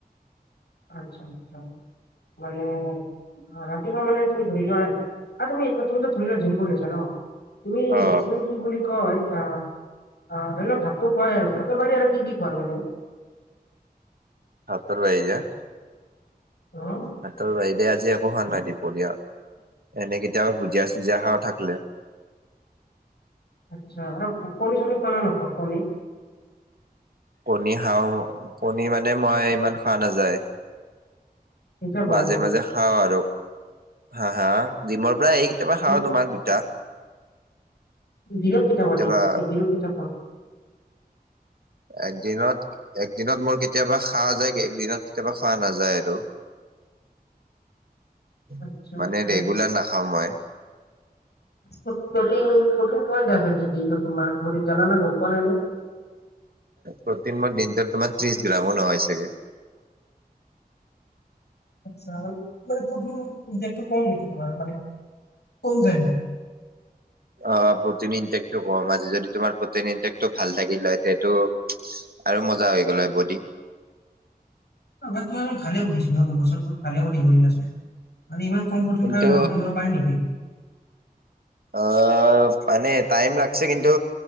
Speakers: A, on the left; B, on the right.
A: আচ্ছা আচ্ছা, মানে অ ৰাতিপুৱা মানে তুমি ধৰি লোৱা তুমি তুমিতো ধৰি লোৱা জিম কৰি আছা ন তুমি
B: অ
A: তুমি কি বুলি কয় অ অ ধৰি লোৱা ভাতো খুৱাই আৰু ভাতৰ বাহিৰে আৰু কি কি খোৱা নো এনেই
B: ভাতৰ বাহিৰে
A: অঁ
B: ভাতৰ বাহিৰে আজি একো খোৱা নাই দিপৰিয়া এনেই কেইতিয়াও ভুজিয়া চুজিয়া খাওঁ থাকিলে
A: আচ্ছা আৰু কণী চনি খোৱা নে নোখোৱা কণী
B: কণী খাওঁ কণী মানে মই ইমান খোৱা নাযায়
A: কেতিয়া খোৱা
B: মাজে
A: দিনত
B: মাজে খাও আৰু হা হা জিমৰ পৰা আহি কেতিয়াবা
A: দিন-
B: খাওঁ তোমাৰ দুটা
A: দিনত কেইটা
B: কেতিয়াবা
A: খোৱা দিনত একদিনত কেইটা খোৱা
B: এক দিনত একদিনত মোৰ কেতিয়াবা খোৱা যায় একদিনত কেতিয়াবা খোৱা নাযায় আৰু <inaudible>
A: আচ্ছা
B: মানে
A: আচ্ছা
B: ৰেগুলাৰ নাখাওঁ মই
A: প্ৰ প্ৰটিন প্ৰটিন কিমান যায় আছে দিনটোত তোমাৰ বডিত জানা না গম পোৱা নাই নে
B: প্ৰটিন মই দিনটোত তোমাৰ ত্ৰিশ গ্ৰামো নহয় চাগে
A: আচ্ছা মানে প্ৰটিন ইনটেকটো কম নেকি তোমাৰ মানে কম যায় নেকি
B: অ প্ৰটিন ইনটেকটো কম আজি যদি তোমাৰ প্ৰটিন ইনটেকটো ভাল থাকিল হয় তেটো আৰু মজা হৈ গ'ল হয় বডি
A: আবাটো আৰু ভালে সুধিছোঁ ন দুবছৰটোত ভালে দিয়াচোন মানে ইমান কমফৰ্টিং
B: কিন্তু
A: সুধিব পাই নেকি
B: অ পানে টাইম লাগছে কিন্তু